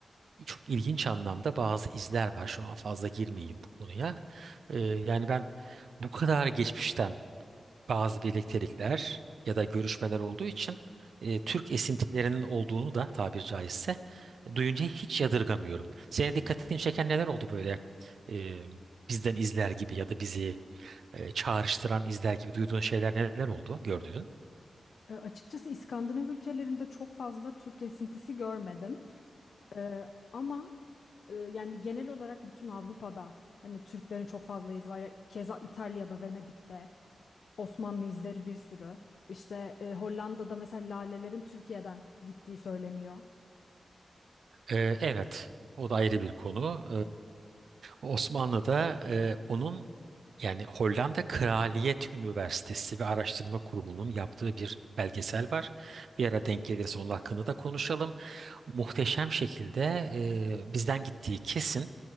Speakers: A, on the right; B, on the left.
A: çok ilginç anlamda bazı izler var. Şu an fazla girmeyeyim bu konuya. Ee, yani ben bu kadar geçmişten bazı birliktelikler ya da görüşmeler olduğu için e, Türk esintilerinin olduğunu da tabir caizse e, duyunca hiç yadırgamıyorum. Senin dikkatini çeken neler oldu böyle e, bizden izler gibi ya da bizi e, çağrıştıran izler gibi duyduğun şeyler neler oldu gördüğün?
B: E, açıkçası İskandinav ülkelerinde çok fazla Türk esintisi görmedim. E, ama e, yani genel olarak bütün Avrupa'da hani Türklerin çok fazla izi var. Ya, Keza İtalya'da, Venedik'te, Osmanlı izleri bir sürü. İşte e, Hollanda'da mesela lalelerin Türkiye'den gittiği söyleniyor.
A: Ee, evet, o da ayrı bir konu. Ee, Osmanlı'da e, onun yani Hollanda Kraliyet Üniversitesi ve Araştırma Kurumu'nun yaptığı bir belgesel var. Bir ara denk gelirse onun hakkında da konuşalım muhteşem şekilde e, bizden gittiği kesin